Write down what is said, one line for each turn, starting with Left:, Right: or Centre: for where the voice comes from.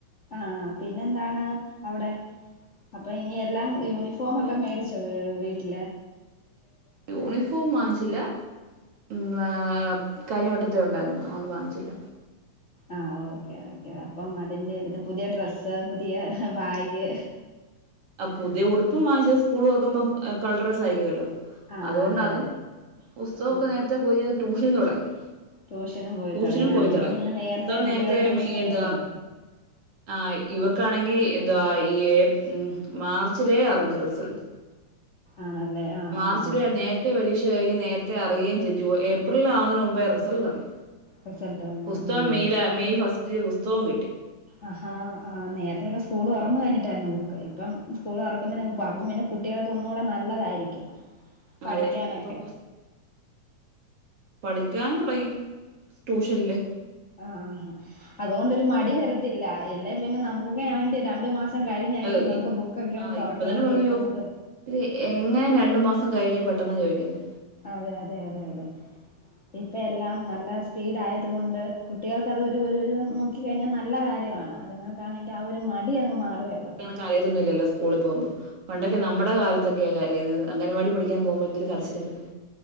Left: ആഹ് പിന്നെന്താണ് അവ്ടെ അപ്പ ഇനി എല്ലാം യൂണി
Right: വേറെന്നുല്ല
Left: ഫോമൊക്കെ മേടിച്ചോ വ് വീട്ട്ല്
Right: യൂണിഫ് ഫോം വാങ്ങിച്ചില്ലാ ന്താ കയ്ഞ്ഞെ വട്ടത്തെ ഉണ്ടായ്ര്ന്നു അതുകൊണ്ട് വാങ്ങിച്ചില്ല
Left: ആഹ് ഓക്കേ ഓക്കേ അപ്പം അതിന്റെ ഒര്ത് പുതിയ ഡ്രെസ്സ് പുതിയ ബായ്ഗ്
Right: ആഹ് പുതിയ ഉടുപ്പ് വാങ്ങിച്ചെ സ്കൂൾ തൊർക്കുമ്പം കളർ ഡ്രസ്സായിരിക്കുമല്ലോ
Left: ആഹ്
Right: അതുകൊണ്ടതും
Left: അതെ അതെ
Right: പുസ്തകമൊക്കെ
Left: ആഹ്
Right: നേര്ത്തെ പോയി അത് ട്യൂഷനും താെടങ്ങി
Left: ട്യൂഷന് പോയി
Right: ട്യൂഷനും
Left: തുടങ്ങി
Right: പോയ്
Left: ആ ഇപ്പം
Right: താെടെങ്ങി
Left: പിന്നെ നേരത്തെ
Right: പുസ്തകം
Left: കുട്ടികളെ
Right: നേര്ത്തെ
Left: ട്യൂഷന്
Right: മെ
Left: വിടുവല്ലോ
Right: എന്താ ആഹ് ഇവർക്കാണെങ്കി എന്തുവാ ഈ ഏഹ് ഉം മാർച്ചിലേ അറിഞ്ഞ് റിസൾട്ട്
Left: ആണല്ലേ ആഹ്
Right: മാർച്ചിലെ
Left: ആഹ് ആഹ്
Right: നേ ര്‌ത്തെ പരീക്ഷ കഴിഞ്ഞ് നേര്ത്തെ അറിയേം ചെയ്ത് ജൂ ഏപ്രിൽലാവുന്നതിന് മുമ്പേ റിസൾട്ടറിയാം
Left: റിസൾട്ട് വന്നു
Right: പുസ്തകം
Left: ഉം
Right: മെയ്ലാ മെയ് ഫസ്റ്റ്ല് പുസ്തകവും കിട്ടി
Left: ആഹാ ആഹ് നേര്ത്തെയൊക്കെ സ്കൂള് തൊർന്ന് കഴിഞ്ഞിട്ടായ്‌ര്ന്നു ബുക്ക് ഇ പ്പം സ്കൂൾ തൊറക്കുന്നതി
Right: ഉം
Left: <unintelligible> ന്നെ കുട്ടികൾക്ക് ഒന്നൂടെ നല്ലതായിരിക്കും പഠിക്കാനൊക്കെ
Right: അതെ ഇപ്പം ബുസ് പഠിക്കാൻ താെടെങ്ങി ട്യൂഷൻല്
Left: ആഹ് ആഹ് ഹാ അതുകൊണ്ടൊരു മടി വരത്തില്ലാ എല്ലേ പിന്നെ നമുക്കൊക്കെ ആണെങ്കി രണ്ട് മാസ് സം കഴിഞ്ഞായ്രിക്കും
Right: അ
Left: നമ്മള്
Right: ഇ
Left: ബുക്കൊക്കെയാെന്ന്
Right: ആ
Left: താെറക്ക്ന്നത്
Right: ഇപ്പൊ തന്നെ പറഞ്ഞല്ലോ
Left: എഴ്ത്‌ന്നത്
Right: ഇത് എങ്ങെനെ രണ്ട് മാസം കഴിഞ്ഞ് പെട്ടെന്നാ ചോയ്ക്ക്ന്നെ
Left: അതെ അതെ അതെ അതെ ഇപ്പം എല്ലാം നല്ല സ്പീഡായത്കൊണ്ട് കുട്ടികൾക്ക് അത് ഒരു ഒര് ഒര് <unintelligible> ക്കി കഴിഞ്ഞാ നല്ല കാര്യമാണ് അത്ങ്ങക്കാണെങ്കി ആ ഒര് മടി അങ്ങ് മാറുവെല്ലോ
Right: തായെയൊന്നുല്ലല്ലോ സ്കൂളി പോവുമ്പോ പണ്ടൊക്കെ നമ്മടെ കാലത്തൊക്കെയാ കരയ്ന്നത് അംഗനവാടി പഠിക്കാം പോവ്മ്പോ എന്തൊരു കരച്ച്ലായ്ര്ന്നു